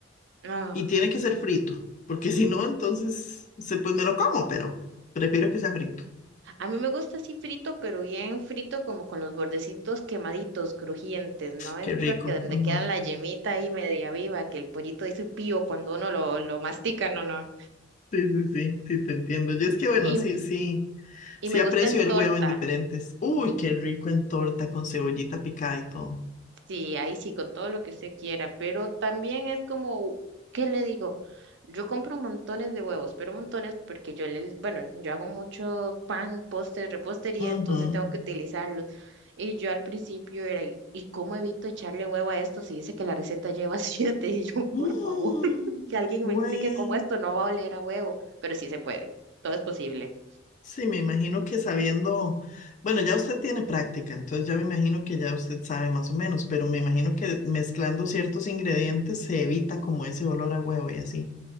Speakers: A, on the right; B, on the left.
A: Ah,
B: Y tiene que ser frito, porque si no, entonces se, pues me lo como, pero prefiero que sea frito.
A: a mí me gusta así frito, pero bien frito, como con los bordecitos quemaditos, crujientes, ¿no? Esa
B: Qué rico.
A: que donde
B: ujú.
A: quedan la yemita ahí media viva, que el pollito dice pío cuando uno lo, lo mastica, no, no.
B: Sí, sí, sí, sí, te entiendo. Yo es que, bueno,
A: Y,
B: sí, sí,
A: y
B: sí
A: me
B: aprecio
A: gusta en torta.
B: el huevo en diferentes. Uy, qué rico en torta con cebollita picada y todo.
A: Sí, ahí sí, con todo lo que usted quiera, pero también es como, ¿qué le digo? Yo compro montones de huevos, pero montones porque yo le, bueno, yo hago mucho pan, postre, repostería,
B: Ujú.
A: entonces tengo que utilizarlos. Y yo al principio era, ¿y y cómo evito echarle huevo a esto si dice que la receta lleva siete? <laughs> Y yo,
B: Mm,
A: por favor, <laughs> que alguien
B: bueno.
A: me explique cómo esto no va a oler a huevo, pero sí se puede, todo es posible.
B: Sí, me imagino que sabiendo, bueno, ya usted tiene práctica, entonces ya me imagino que ya usted sabe más o menos, pero me imagino que mezclando ciertos ingredientes se evita como ese olor a huevo y así.